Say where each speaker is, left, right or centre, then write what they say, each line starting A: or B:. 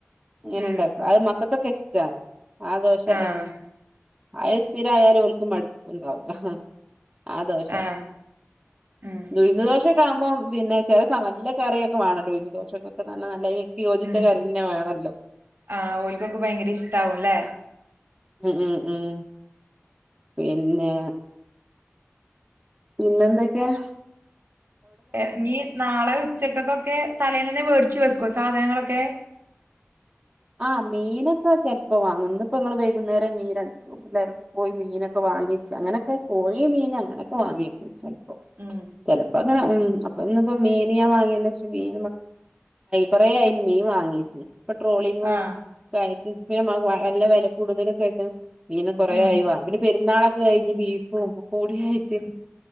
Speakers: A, on the right; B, on the right.
A: ഇങ്ങനെണ്ടാക്ക
B: ഉം
A: അത് മക്ക പൊക്കെ ഇഷ്ടണ് ആ ദോഷ
B: ആഹ്
A: ആയ സ്ഥിരായാലും മടുപ്പണ്ടാവുല്ല ആ ദോശ
B: ആഹ് ഉം
A: ഉഴുന്ന്ദോശ ഇപ്പബം പിന്നെ ചെല സമ നല്ല കറിയൊക്കെ വേണല്ലോ ഉയിന്ന്ദോശങ്ങക്കൊക്കെ നല്ല നല്ല യോജിച്ച
B: ഉം
A: കാറിന്നെ വേണല്ലോ
B: ആഹ് ഓൽക്കൊക്കെ ഭയങ്കര ഇഷ്ടാവുംല്ലേ
A: ഉം ഉം ഉം പിന്നെ പിന്നെന്തൊക്കെയാ
B: ഇറങ്ങി നാളെ ഉച്ചക്കൊക്കൊക്കെ തലേന്ന് തന്നെ വേടിച്ചു വെക്കുവോ സാധനങ്ങളൊക്കെ.
A: ആ മീനൊക്കെ ചെപ്പോ വാങ്ങ ഇപ്പോ നിങ്ങള് വൈകുന്നേരം മീൻ എല്ലരുംടി പോയി മീനൊക്കെ വാങ്ങ വാങ്ങിച് അങ്ങനൊക്കെ കോഴി മീൻ അങ്ങനൊക്കെ വാങ്ങിക്കും. ചെലപ്പം
B: ഉം
A: ചെലപ്പം അങ്ങനെ ഉം ഇപ്പ ഇന്നിപ്പോ മീന് ഞാൻ വാങ്ങിയല്ല പക്ഷെ മീൻ കൊറയിണ് മീൻ വാങ്ങീട്ട് ഇപ്പൊ ട്രോ ന്നെ
B: ആഹ്
A: <unintelligible> നല്ല വെല കൂടുതലക്കായിട്ട് മീന് കൊറായി
B: ഉം
A: വാങ്ങി പിന്നെ പെരുന്നാളൊക്കെ കഴിഞ്ഞ് ബീഫും ഒക്കെ കൂടിയായിട്ട്
B: ഉം